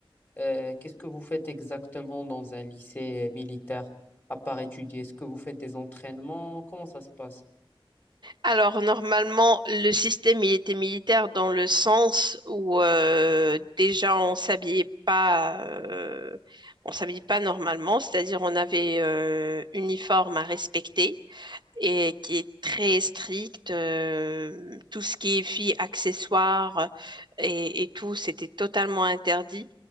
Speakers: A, on the left; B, on the right.
A: euh, qu'est-ce que vous faites exactement dans un lycée militaire à part étudier. Est-ce que vous faites des entraînements? Comment ça se passe?
B: Alors, normalement, le système, il était militaire dans le sens où euh, déjà, on s'habillait pas, euh, on s'habillait pas normalement, c'est-à-dire on avait euh, uniforme à respecter et qui est très stricte. euh, tout ce qui est filles, accessoires euh, et, et tout, c'était totalement interdit.